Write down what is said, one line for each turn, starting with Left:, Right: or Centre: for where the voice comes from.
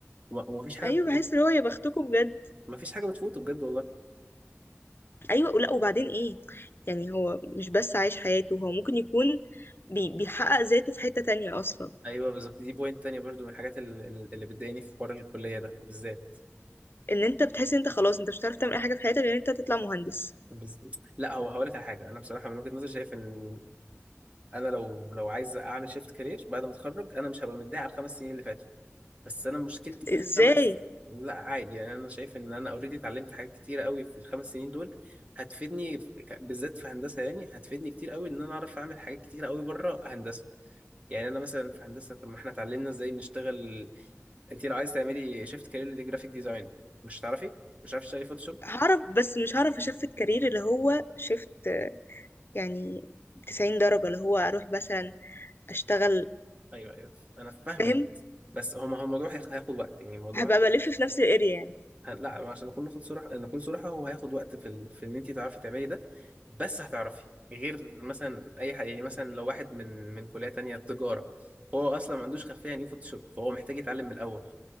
Right: وما- ومفيش حاجة
Left: ايوه
Right: بتفوت
Left: بحس اللي هو يا بختكم بجد
Right: مفيش حاجة بتفوته بجد والله
Left: ايوه ولا وبعدين ايه يعني هو مش بس عايش حياته هو ممكن يكون بي بيحقق ذاته في حتة تانية اصلا
Right: أيوه بالظبط دي بوينت تانية برضو من الحاجات ال- ال- اللي بتضايقني في حوار الكلية ده بالذات
Left: ان انت بتحس ان انت خلاص انت مش هتعرف تعمل اي حاجة في حياتك غير ان انت تطلع مهندس
Right: بز... لا هو هقول لك على حاجة أنا بصراحة من وجهة نظري شايف إن أنا لو لو عايز أعمل شيفت كارير بعد ما أتخرج أنا مش هبقى متضايق على الخمس سنين اللي فاتوا بس انا مشكلتي في
Left: ازاي
Right: الخمس لا عادي يعني انا شايف ان انا اوريدي اتعلمت حاجات كتير قوي في الخمس سنين دول هتفيدني في... ك- بالذات في هندسه يعني هتفيدني كتير قوي ان انا اعرف اعمل حاجات كتير قوي بره هندسه يعني انا مثلا في هندسه طب ما احنا اتعلمنا ازاي نشتغل انت لو عايز تعملي شيفت كارير دي جرافيك ديزاين مش هتعرفي مش عارف تشتغلي فوتوشوب
Left: هعرف بس مش هعرف اشفت كارير اللي هو شفت يعني 90 درجة اللي هو اروح مثلا اشتغل
Right: ايوه ايوه انا فاهمك
Left: فاهم
Right: بس هو ما هو الموضوع هيخ- هياخد وقت يعني الموضوع
Left: هبقى بلف في نفس الاريا يعني
Right: هن- لا عشان نكون ناخد صراحة نكون صراحة هو هياخد وقت في ال... في ان انت تعرفي تعملي ده بس هتعرفي غير مثلا اي حاجة يعني مثلا لو واحد من من كلية تانية تجارة هو اصلا ما عندوش خلفية عن ايه فوتوشوب فهو محتاج يتعلم من الاول